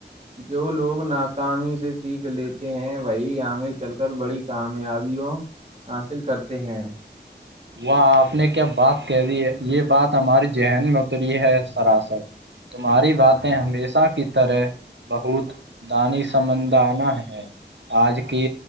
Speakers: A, on the right; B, on the right.
A: جو لوگ ناکامی سے سیکھ لیتے ہیں وہی آگے چل کر بڑی کامیابیوں حاصل کرتے ہیں
B: و آپ نے کیا بات کہہ دی ہے یہ بات ہماری ذہن میں اتری ہے سراسر تمہاری باتیں ہمیشہ کی طرح بہت دانی سمندانہ ہے آج کی